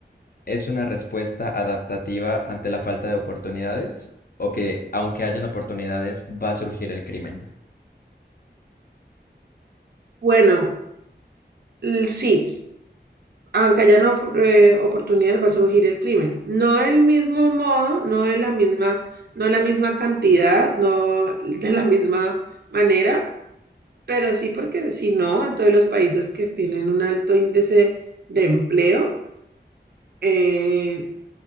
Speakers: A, on the left (about 55°); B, on the right (about 60°).
A: es una respuesta adaptativa ante la falta de oportunidades? ¿O que aunque hayan oportunidades, va a surgir el crimen?
B: Bueno, l- sí. aunque haya no fu- eh, oportunidad, va a surgir el crimen. No del mismo modo, no de la misma, no de la misma cantidad, no de la misma manera, pero sí porque si no, en todos los países que tienen un alto índice de empleo, eh,